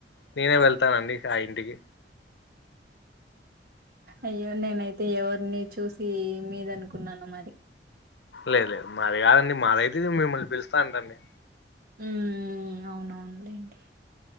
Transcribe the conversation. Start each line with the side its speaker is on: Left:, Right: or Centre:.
Left: నేనే వెళ్తానండి ఆ ఇంటికి
Right: అయ్యో నేనైతే ఎవరిని చూసి మీదనుకున్నాను మరి
Left: లేదు లేదు మరి కాదండి మదయితే మిమ్మల్ని పిలుస్తాను రండి
Right: ఉమ్ అవునవునులేండి